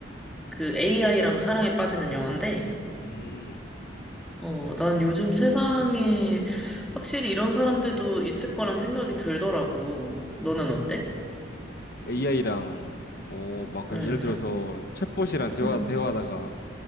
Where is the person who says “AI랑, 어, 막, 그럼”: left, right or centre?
Left